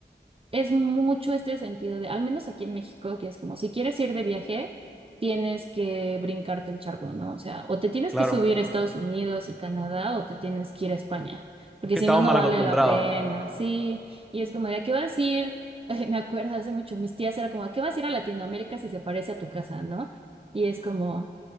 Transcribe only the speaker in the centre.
Claro,
que
estamos
mal
acostumbrados.